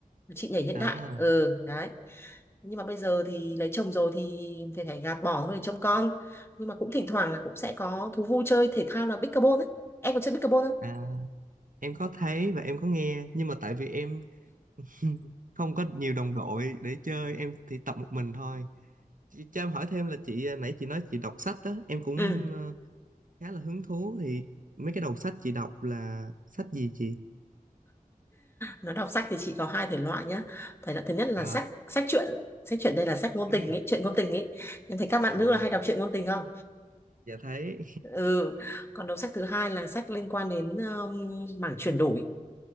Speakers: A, on the left (about 15°); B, on the right (about 65°).
A: chị nhảy hiện
B: <laughs>
A: đại
B: à,
A: ừ đấy nhưng mà bây giờ thì lấy chồng rồi thì thì phải gạt bỏ thôi để trông con nhưng mà cũng thỉnh thoảng là cũng sẽ có thú vui chơi thể thao là pickleball ấy em có chơi pickleball không
B: à em có thấy và em có nghe nhưng mà tại vì em <laughs> không có nhiều đồng đội để chơi em thì tập một mình thôi chị cho em hỏi thêm là chị à, nãy chị nói chị đọc sách đó em cũng
A: ừ
B: à, khá là hứng thú thì mấy cái đầu sách chị đọc là sách gì chị
A: Nói đọc sách thì chị có hai thể loại nhá. Thể loại thứ nhất là
B: Dạ.
A: sách sách truyện, sách truyện đây là sách ngôn
B: Ừm.
A: tình ý, truyện ngôn tình ý. Em thấy các bạn
B: À,
A: nữ là hay đọc truyện ngôn tình không?
B: dạ thấy.
A: Ừ. Còn đầu sách thứ hai là sách liên quan đến um, mảng chuyển đổi.